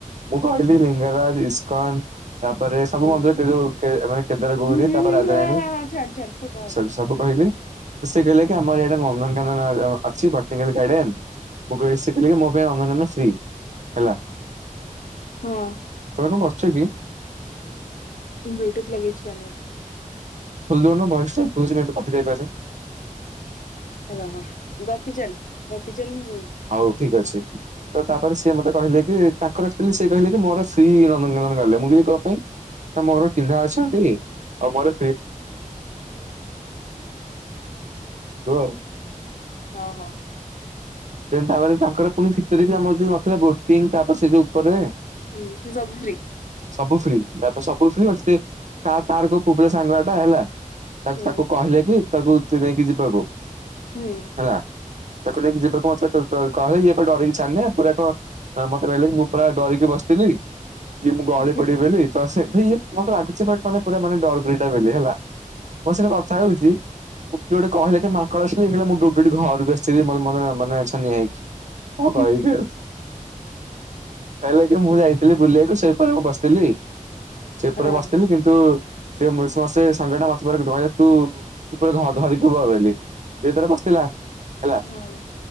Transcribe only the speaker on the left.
ହୁଁ
ହୁଁ
ହଁ ହଁ ହଁ ଛାଡ ଛାଡ଼ ତୁ କହ।
ତାକୁ।
ହଁ
ବୋଟଚ ଲାଗେଇଚି କାନରେ।
ହ ରହ ଗୋପିଚାଲ ଗୋପିଚାଲ ମୁଁ ରହୁଚି।
ହଉ, ହିଁ
ହିମିତି ସବୁ ଫ୍ରି।
ହୁଁ।
ହୁଁ।
ହୁଁ
ହୁଁ
ହୁଁ
ହଁ
ହଁ